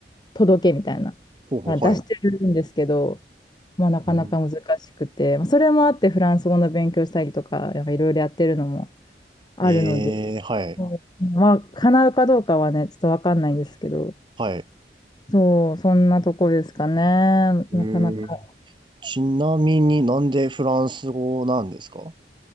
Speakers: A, on the left (about 25°); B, on the right (about 25°).
A: 届けみたいな、
B: ほうほう、
A: まあ、出してるんですけど、
B: はい。
A: まあ、なかなか難しくて、
B: うん
A: まあ、それもあって、フランス語の勉強したりとか、やっぱいろいろやってるのもあるので、
B: えーはい。
A: そうまあ、叶うかどうかはね、ちょっとわかんないんですけど、
B: はい。
A: そう、そんなとこですかね。
B: えー、
A: なかなか。
B: ちなみになんでフランス語なんですか